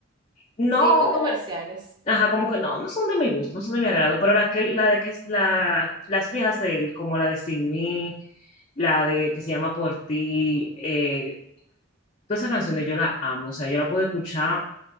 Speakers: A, on the left; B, on the right.
A: no,
B: Sí, muy comerciales.
A: ajá, como que no, no son de mi gusto, no son de mi agrado, pero la, que, la de que es la, las viejas de él, como la de Sin Mí, la de que se llama Por Ti, eh, todas esas canciones yo las amo, o sea, yo la puedo escuchar